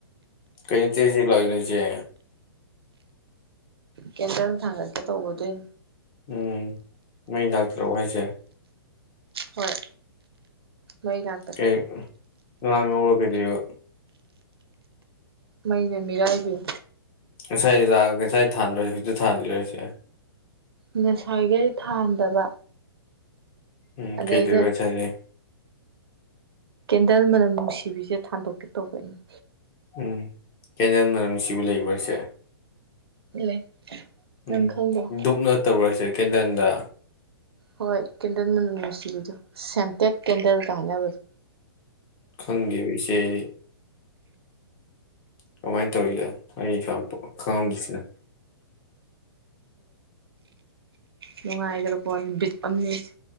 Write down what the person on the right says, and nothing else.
ꯀꯦꯟꯗꯜ ꯊꯥꯡꯒꯠꯀꯦ ꯇꯧꯕ ꯑꯗꯨꯏꯅꯦ
ꯍꯣꯏ ꯃꯩ ꯂꯥꯛꯇꯦ
ꯃꯩꯅ ꯃꯤꯔꯥꯏꯕꯤꯔꯦ
ꯉꯁꯥꯏ ꯈꯩ ꯊꯥꯗꯕ
ꯑꯗꯩꯗ
ꯀꯦꯟꯗꯜ ꯃꯅꯝ ꯅꯨꯡꯁꯤꯕꯤꯁꯦ ꯊꯥꯟꯗꯣꯛꯀꯦ ꯇꯧꯕ ꯑꯩꯩꯅ
ꯂꯩ ꯅꯪ
ꯈꯪꯗ꯭ꯔꯣ
ꯍꯣꯏ ꯀꯦꯟꯗꯟ ꯃꯥꯅꯝ ꯅꯨꯡꯁꯤꯕꯤꯗꯣ ꯁꯦꯟꯇꯦꯠ ꯀꯦꯟꯗꯜꯒ ꯍꯥꯏꯅꯕꯗꯣ
ꯅꯨꯡꯉꯥꯏꯒ꯭ꯔꯕ ꯄꯣꯠꯅꯤ ꯕꯤꯠ ꯑꯃꯅꯤ